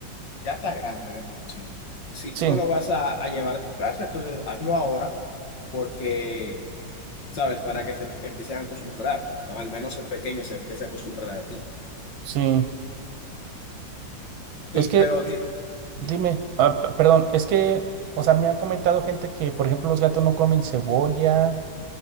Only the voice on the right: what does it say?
Sí,
sí. Es
que,
dime,
ah, p- perdón, es que, o sea, me han comentado gente que, por ejemplo, los gatos no comen cebolla